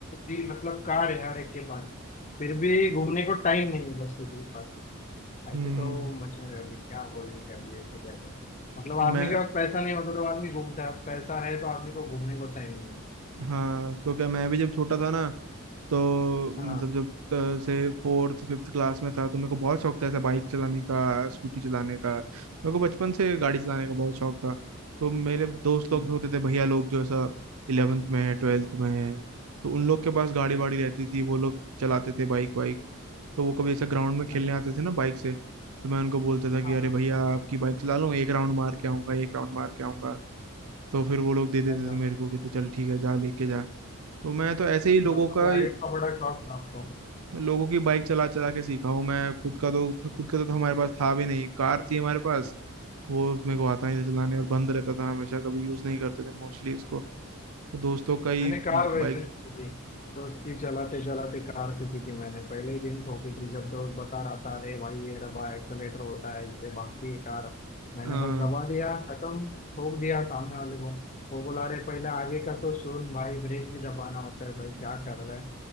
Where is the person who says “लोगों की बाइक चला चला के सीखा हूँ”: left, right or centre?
Right